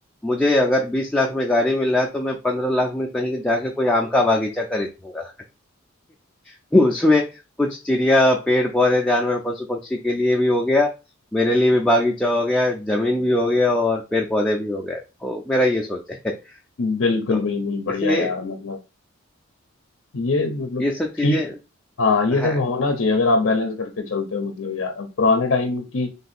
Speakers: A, in the centre; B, on the left.
A: मुझे अगर बीस लाख में गाड़ी मिल रहा है तो मैं पंद्रह लाख में कहीं जाके कोई आम का बागीचा खरीद लूंगा <laughs> उसमें कुछ चिड़िया पेड़ पौधे जानवर पशु पक्षी के लिए भी हो गया मेरे लिए भी बागीचा हो गया जमीन भी हो गया और पेड़ पौधे भी हो गए तो मेरा ये सोच है <laughs>
B: बिल्कुल
A: तो
B: बिल्कुल बढ़िया
A: इसलिए
B: यार मतलब ये मतलब
A: ये सब चीजें
B: ठीक हाँ ये
A: है
B: सब होना चाहिए अगर आप बैलेंस करके चलते हो मतलब यार अब पुराने टाइम की